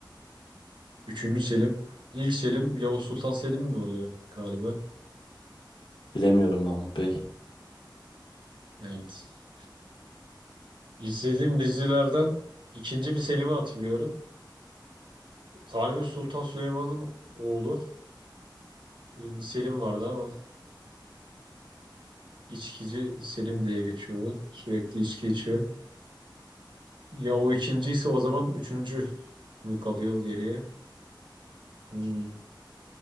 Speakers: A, on the right; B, on the left.
A: üçüncü Selim. İlk Selim Yavuz Sultan Selim mi oluyor galiba?
B: Bilemiyorum Mahmut Bey.
A: Evet. İzlediğim dizilerden ikinci bir Selim'i hatırlıyorum. Kanuni Sultan Süleyman'ın oğlu e, bir Selim vardı ama içkici Selim diye geçiyordu. Sürekli içki içiyor. Ya o ikinciyse o zaman üçüncü mü kalıyor geriye? Hmm.